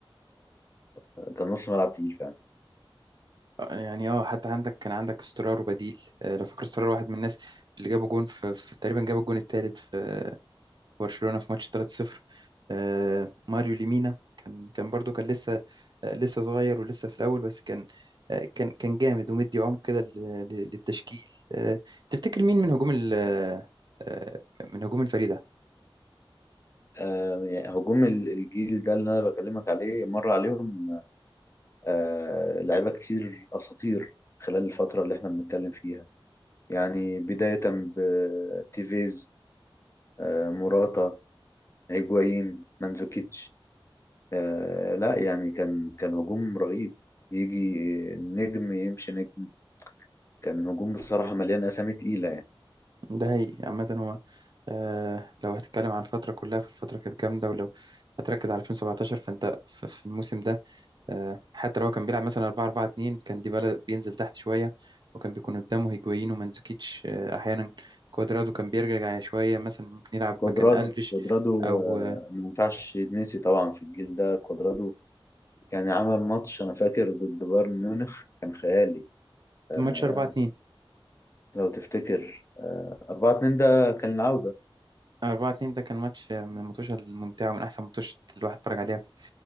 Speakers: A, on the left; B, on the right.
A: فكان نص ملعب تقيل فعلا
B: آه، يعني اه حتى عندك كان عندك استرار وبديل آه، لو فاكر استرار واحد من الناس اللي جابوا جون في, في تقريبا جاب الجون الثالث في برشلونه في ماتش 3-0 آه، ماريو ليمينا كان كان برضو كان لسه آه، لسه صغير ولسه في الاول بس كان آه، كان كان جامد ومدي عمق كده لل- لل- للتشكيل آه، تفتكر مين من هجوم ال- آه، آه، من هجوم الفريق ده
A: آه، يعني هجوم ال- الجيل ده اللي أنا بكلمك عليه مر عليهم آه، لعيبة كتير أساطير خلال الفترة اللي احنا بنتكلم فيها يعني بداية بتيفيز آه، موراتا هيجوايين مانزوكيتش آه لا يعني كان كان هجوم رهيب يجي نجم يمشي نجم كان هجوم بصراحة مليان أسامي تقيلة يعني
B: ده هي عامة هو آه لو هتتكلم عن الفترة كلها فالفترة كانت جامدة ولو هتركز على 2017 فانت في في الموسم ده آه حتى لو هو كان بيلعب مثلا 4 4 2 كان ديبالا بينزل تحت شوية وكان بيكون قدامه هيجوين ومانزوكيتش آه أحيانا كوادرادو كان بيرجع شوية مثلا ممكن يلعب
A: كوادرادو
B: مكان ألفيش
A: كوادرادو
B: أو
A: آه
B: آه
A: ما ينفعش يتنسي طبعا في الجيل ده كوادرادو يعني عمل ماتش أنا فاكر ضد بايرن ميونخ كان خيالي آه
B: ماتش 4 2
A: لو تفتكر آه 4-2 ده كان العودة
B: 4 2 ده كان ماتش آه، من الماتشات الممتعة ومن أحسن ماتش الواحد اتفرج عليها في